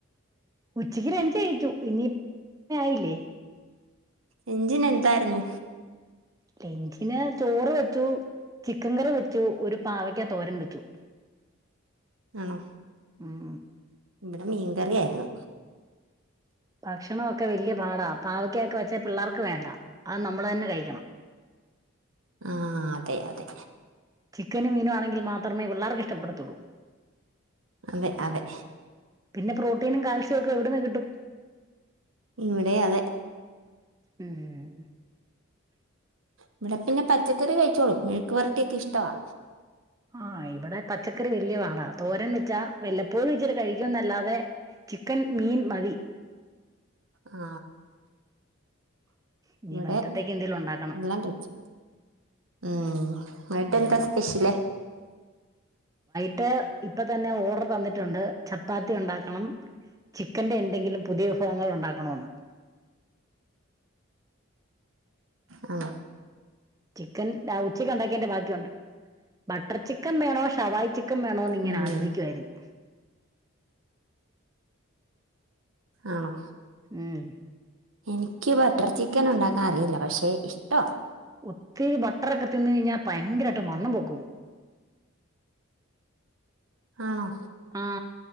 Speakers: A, on the right; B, on the right.
A: ഉച്ചയ്ക്ക് ലഞ്ചു കഴിച്ചു പിന്നെ ആയില്ലേ
B: ലെഞ്ചിന് എന്തായിരുന്നു
A: ലെഞ്ചിന് ചോറ് വെച്ചു ചിക്കൻ കറി വെച്ചു ഒരു പാവക്ക തോരൻ വെച്ചു
B: ആണോ
A: ഉം
B: ഇവിടെ മീൻകറിയായിരുന്നു
A: ഭക്ഷണമൊക്കെ വല്യ പാടാ പാവക്ക ഒക്കെ വെച്ചാ പിള്ളേർക്ക വേണ്ട അത് നമ്മള് തന്നെ കഴി ക്കണം
B: ആ അതെ അതെ
A: ചിക്കനും മീനും ആണെങ്കിൽ മാത്രമേ പിള്ളേർക്ക് ഇഷ്ടപ്പെടത്തുള്ളൂ
B: അതെ അതെ
A: പിന്നെ പ്രോട്ടീനും കാൽസ്യം ഒക്കെ എവിടന്ന് കിട്ടും
B: ഇവിടെ അതെ
A: ഉം
B: ഇവിടെപ്പിന്നെ പച്ചക്കറി കഴിച്ചോളും മെഴുക്കുവരട്ടിയൊക്കെ ഇഷ്ടവാ
A: ആ ഇവിടെ പച്ചക്കറി വലിയ പാടാ തോരൻ വെച്ചാ വല്ലപ്പോഴും ഇച്ചിരി കഴിക്കുംന്നല്ലാതെ ചിക്കൻ മീൻ മതി.
B: ആ
A: ഇനി
B: ഇവിടെ
A: വൈകിട്ടത്തേക്ക് എന്തേലും ഉണ്ടാക്കണം
B: എല്ലാം കഴിച്ചു ഉം വൈയിട്ട്
A: ഉം
B: എന്താ സ്പെഷ്യല്
A: യിട്ട് ഇപ്പൊ തന്നെ ഓർഡർ തന്നിട്ടുണ്ട് ചപ്പാത്തി ഉണ്ടാക്കണം ചിക്കന്റെ എന്തെങ്കിലും പുതിയ വിഭവങ്ങൾ ഉണ്ടാക്കണോന്ന്‌
B: ആ
A: ചിക്കൻ ഉച്ചക്ക് ഉണ്ടാക്കിയെന്റെ ബാക്കിയുണ്ട്. ബട്ടർ ചിക്കൻ വേണോ ഷവായ് ചിക്ക് ക്കം വേണോന്ന് ഇങ്ങനെ
B: ഉം
A: ആലോചിക്കുവായിരുന്നു
B: ആണോ
A: ഉം
B: എനിക്ക് ബട്ടർ ചിക്കൻ ഉണ്ടാക്കാൻ അറിയില്ല പക്ഷെ ഇഷ്ടവാ
A: ഒത്തിരി ബട്ടറൊക്കെ തിന്നു കഴിഞ്ഞാൽ പയങ്കരായിട്ട് വണ്ണം വെക്കും ക്കും
B: ആണോ
A: ആ